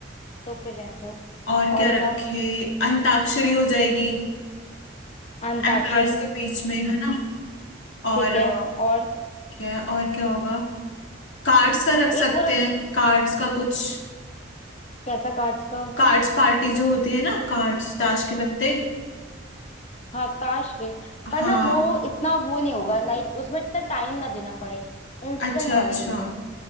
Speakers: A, on the left; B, on the left.
A: तो फिर रहने दो
B: और
A: और
B: क्या
A: बताओ
B: रखे अंताक्षरी हो जाएगी
A: अंताक्षरी
B: एम्प्लॉयर्स के बीच में है ना और
A: ठीक
B: अ,
A: है और
B: क्या और क्या होगा कार्ड्स का रख सकते
A: एक वो रख
B: हैं कार्ड्स का कुछ
A: कैसा कार्ड्स का मतलब
B: कार्ड्स पार्टी जो होती है ना कार्ड्स ताश के पत्ते
A: हाँ ताश के पर
B: हाँ
A: ना वो इतना वो नहीं होगा लाइक उसमें इतना टाइम ना देना पड़े इंस्टेंट
B: अच्छा
A: वाले
B: अच्छा
A: गेम